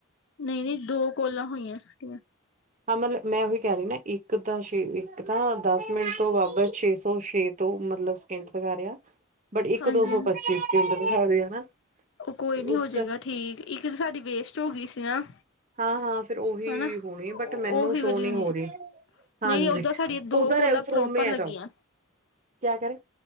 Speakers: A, on the left; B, on the right.
A: ਨਹੀਂ ਨਹੀਂ ਦੋ ਕੋਲਾਂ ਹੋਈਆਂ ਸਾਡੀਆਂ।
B: ਹਾਂ ਮਤਲਬ ਮੈਂ ਉਹੀ ਕਹਿ ਰਹੀ ਨਾ ਇੱਕ ਤਾਂ ਛੇ ਇੱਕ ਤਾਂ ਦਸ ਮਿੰਟ ਤੋਂ ਬਾਬਰ ਛੇ ਸੌ ਛੇ ਦੋ ਮਤਲਬ ਸਕਿੰਟ ਦਿਖਾ ਰਿਹਾ ਬਟ ਇੱਕ
A: ਹਾਂਜੀ
B: ਦੋ ਸੌ
A: ਹਾਂਜੀ
B: ਪਚੀ ਸੈਕਿੰਡ ਦਿਖਾ ਰਿਹਾ ਨਾ।
A: ਉਹ ਕੋਈ
B: ਤੇ
A: ਨੀ ਹੋ
B: ਉਸ
A: ਜਾਏਗਾ ਠੀਕ ਇੱਕ ਤਾਂ ਸਾਡੀ ਵੇਸਟ ਹੋ ਗਈ ਸੀ ਨਾ।
B: ਹਾਂ ਹਾਂ, ਫੇਰ ਉਹੀ
A: ਹਨਾ
B: ਹੋਣੀ ਬਟ ਮੈਨੂੰ
A: ਉਹੀ
B: ਸ਼ੋ
A: ਵਾਲੀ
B: ਨਹੀਂ
A: ਹੋਣੀ
B: ਹੋ
A: ਏ
B: ਰਹੀ। ਹਾਂਜੀ
A: ਨਹੀਂ ਉਹ ਤੇ ਸਾਡੀਆਂ ਦੋ
B: ਉਧਰ
A: ਕੋਲਾਂ
B: ਹੈ ਉਸ ਰੂਮ
A: ਪ੍ਰੋਪਰ
B: ਮੈਂ ਆ
A: ਲੱਗੀਆਂ।
B: ਜਾਓ ਕਿਆ ਕਰੇ